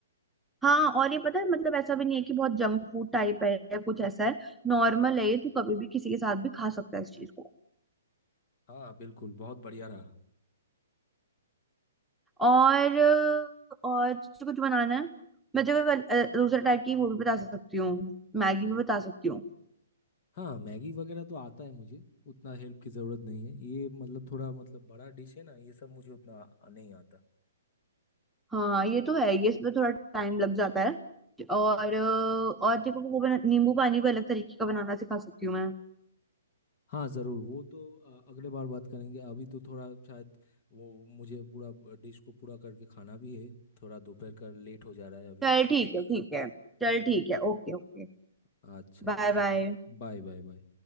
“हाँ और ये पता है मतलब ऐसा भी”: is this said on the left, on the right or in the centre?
Centre